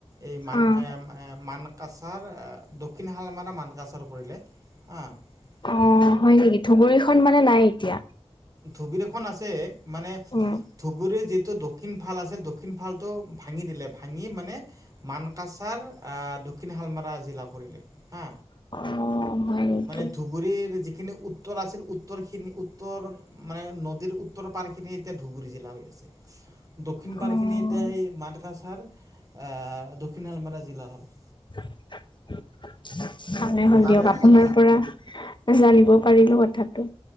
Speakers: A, on the right; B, on the left.
A: এই মান
B: অ',
A: হ হ মানকাচাৰ হ দক্ষিণ শালমাৰা মানকাচাৰ কৰিলে। আহ।
B: অ', হয় নেকি ধুবুৰীখন মানে নাই এতিয়া?
A: ধুবুৰীখন আছে মানে
B: উম,
A: ধুবুৰী যিটো দক্ষিণ ফাল আছিল দক্ষিণ ফালতটো ভাঙি দিলে ভাঙি মানে, মানকাচা তাৰ দক্ষিণ হালমাৰা জিলা কৰিলে হা।
B: অ'। হয় নেকি?
A: মানে ধুবুৰীৰ যিখিনি উত্তৰ আছিল উত্তৰখিনি উত্তৰ মানে নদীৰ উত্তৰ পাৰ খিনি এতিয়া ধুবুৰী, জিলা হৈ আছে দক্ষিণ
B: অ',
A: পাৰ খিনি এতিয়া সেই ম মানকাছাৰ, হ দক্ষিণ শালমাৰা জিলা হ'ল।
B: <inaudible> হলে হ'ল
A: তাৰে
B: দিয়ক আপোনাৰ
A: সদ
B: পৰা, জানিব পাৰিলোঁ কথাটো।